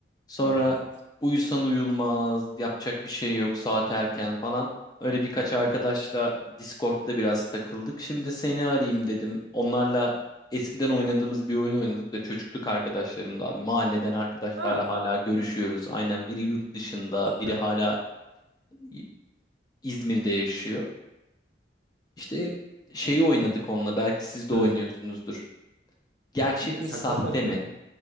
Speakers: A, on the left; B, on the right.
A: Sonra
B: Afiyet olsun.
A: uyusan uyulmaz, yapacak bir şey yok, saat erken falan. Öyle birkaç arkadaşla
B: Hı.
A: Discord'da biraz takıldık. Şimdi seni arayayım dedim. Onlarla eskiden oynadığımız bir oyun oynadık da çocukluk arkadaşlarım da abi. Mahalleden arkadaşlarla
B: Ha,
A: hala görüşüyoruz. Aynen biri yurt dışında,
B: süper.
A: biri hala İ- İzmir'de yaşıyor. İşte şeyi oynadık onunla. Belki siz de
B: Ee,
A: oynuyorsunuzdur. Gerçek
B: ne,
A: mi
B: saklambaç
A: sahte mi?
B: mı? oynadın?